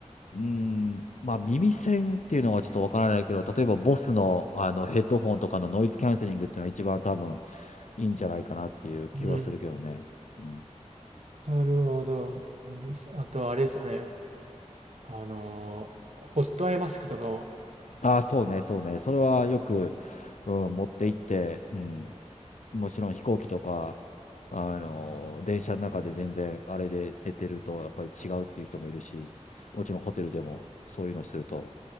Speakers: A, on the left (about 80°); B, on the right (about 65°).
A: うーん、まあ耳栓っていうのはちょっとわからないけど、例えばボスの、あのヘッドフォンとかのノイズキャンセリングっていうのは一番多分いいんじゃないかなっていう気はするけどね。
B: うん、
A: うん、
B: なるほど。耳栓あと、あれですよね。あのー、ホットアイマスクとかも。
A: ああ、そうね、そうね。それはよく、うん、持って行って、うん、もちろん飛行機とか、あの、電車の中で全然あれで寝てるとやっぱり違うっていう人もいるし、もちろんホテルでもそういうのすると、